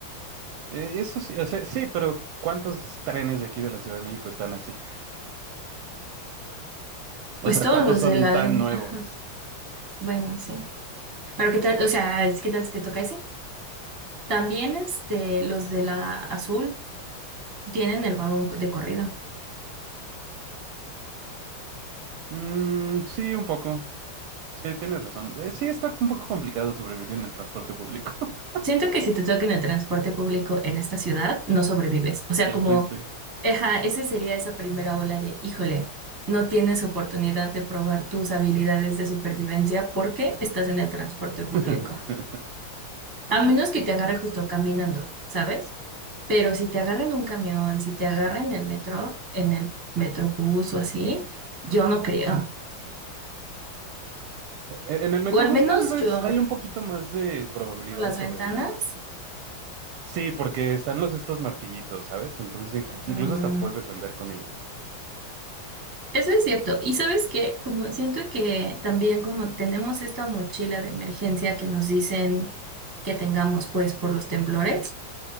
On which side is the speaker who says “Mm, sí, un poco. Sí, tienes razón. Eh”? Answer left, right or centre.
Right